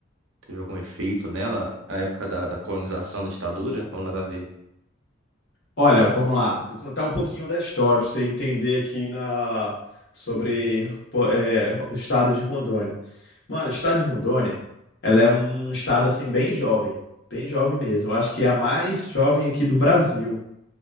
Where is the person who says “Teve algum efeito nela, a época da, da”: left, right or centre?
Right